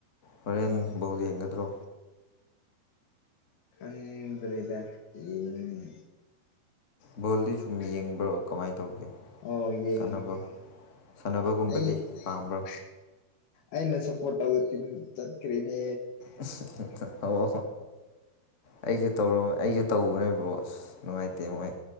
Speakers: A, on the left; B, on the left.
A: ꯍꯣꯔꯦꯟ
B: ꯑꯣ
A: ꯕꫭꯜ ꯌꯦꯡꯒꯗ꯭ꯔꯣ
B: ꯈꯗ꯭ꯔꯗ ꯌ‌ꯦꯡꯅꯤ
A: ꯕꯣꯜꯗꯤ ꯁꯨꯝ ꯌꯦꯡꯕ꯭ꯔꯣ ꯀꯃꯥꯏꯅ ꯇꯧꯒꯦ
B: ꯑꯣ ꯌꯦꯡꯉꯤ
A: ꯁꯥꯟꯅꯕ ꯁꯥꯟꯅꯕꯒꯨꯝꯕꯗꯤ
B: ꯑꯩ
A: ꯄꯥꯝꯕ꯭ꯔꯣ
B: ꯑꯩꯅ ꯁꯄꫭꯔꯠ ꯇꯧꯏꯕ ꯊꯤꯝ ꯆꯠꯈꯔꯤꯅꯦ
A: ꯑꯁ ꯑꯣ ꯑꯩꯁꯨ ꯇꯧ ꯑꯩꯁꯨ ꯇꯧꯕꯅꯦꯕ꯭ꯔꯣ ꯑꯁ ꯅꯨꯡꯉꯥꯏꯇꯦ ꯃꯣꯏ